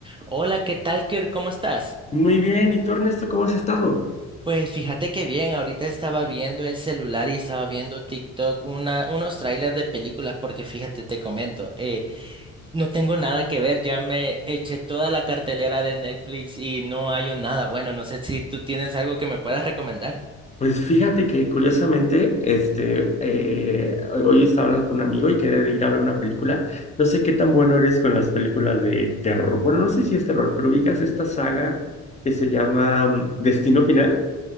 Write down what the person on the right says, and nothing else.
Hola, ¿qué tal, Kirk? ¿Cómo estás?
Pues fíjate que bien, ahorita estaba viendo el celular y estaba viendo TikTok, una, unos trailers de películas, porque fíjate, te comento, eh, no tengo nada que ver, ya me eché toda la cartelera de Netflix y no hay un nada bueno, no sé si tú tienes algo que me puedas recomendar.